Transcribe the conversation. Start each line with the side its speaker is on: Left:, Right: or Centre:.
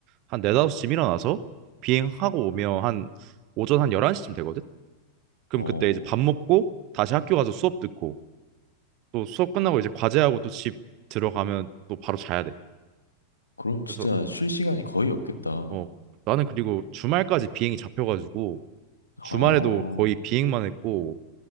Right: 한 4, 5시쯤 일어나서 비행하고 오면 한 오전 한 11시쯤 되거든? 그럼
Left: 어,
Right: 그때 이제 밥 먹고 다시 학교 가서 수업 듣고 또 수업 끝나고 이제 과제하고 또 집 들어가면 또 바로 자야 돼.
Left: 그럼 진짜
Right: 그래서
Left: 쉴 시간이 거의 없겠다.
Right: 어 나는 그리고 주말까지 비행이 잡혀가지고
Left: 아,
Right: 주말에도 거의 비행만 했고